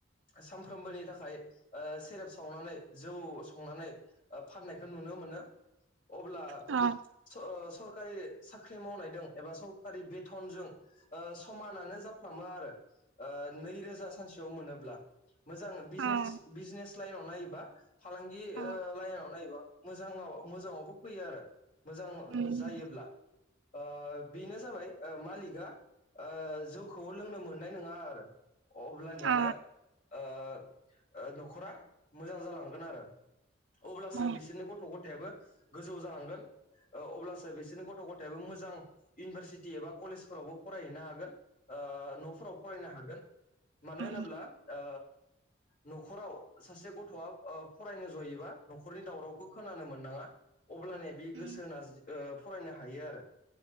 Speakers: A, on the left (about 45°); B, on the right (about 75°).
A: सानफ्रोमबोनि थाखाय ओ सेरेब सावनानै जौ संनानै ओ फाननायखौ नुनो मोनो। अब्ला
B: अ
A: स स सरखारि साख्रि मावनायजों एबा सरकारि बेथनजों ओ समानानो जाफ्लामो आरो। ओ नैरोजा सानसेयाव मोनोब्ला। मोजां बिजनेस
B: अ
A: बिजनेस लाइनाव नायोबा फालांगि ओ
B: अ
A: लाइनाव नायोबा मोजाङाव मोजाङावबो फैयो आरो मोजां
B: उम
A: जायोब्ला। ओ बेनो जाबाय ओ मालिकआ ओ जौखौ लोंनो मोननाय नोंङा आरो। अब्लानियानो
B: अ
A: ओ ओ न'खरा मोजां जालांगोन। हागोन आरो अब्लासो
B: अ
A: बिसोरनि गथ' गथायाबो गोजौ जालांगोन। औ अब्लासो बिसोरनि गथ' गथायाबो मोजां इउनिभारसिटि एबा कलेजफोरावबो फरायहैनो हागोन। ओ न'फोराव फरायनो हागोन। मानो
B: उम
A: होनोब्ला ओ न'खराव सासे गथ'आ फरायनो जयोबा नखरनि दावरावखौ खोनानो मोननाङा। अब्लान बे
B: उम
A: गोसो होना ओ फरायनो हायो आरो।